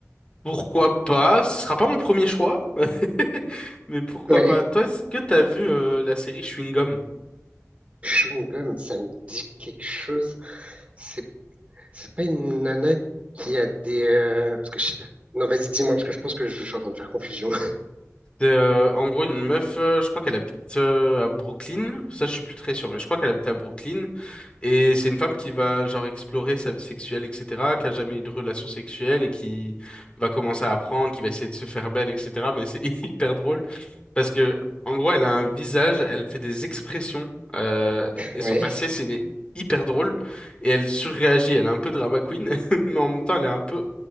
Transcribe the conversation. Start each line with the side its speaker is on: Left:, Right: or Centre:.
Left: pourquoi pas? Ce sera pas mon premier choix, <laughs> mais pourquoi
Right: Ouais,
Left: pas? Toi, est-ce que t'as vu euh, la série Chewing Gum?
Right: Chewing Gum, ça me dit quelque chose. C'est c'est pas une nana qui a des... euh, Parce que je- Non, vas-y, dis-moi, parce que je pense que je, je suis en train de faire confusion.
Left: C'est euh, en gros une meuf, euh, je crois qu'elle habite euh, à Brooklyn. Ça, je suis plus très sûr, mais je crois qu'elle habite à Brooklyn Et c'est une femme qui va genre explorer sa vie sexuelle, etc., qui a jamais eu de relation sexuelle et qui va commencer à apprendre, qui va essayer de se faire belle, etc. Mais c'est <laughs> hyper drôle parce que en gros, elle a un visage, elle fait des expressions euh,
Right: <laughs>
Left: et
Right: Ouais.
Left: son faciès il est hyper drôle et elle surréagit. Elle est un peu drama queen, <laughs> mais en même temps, elle est un peu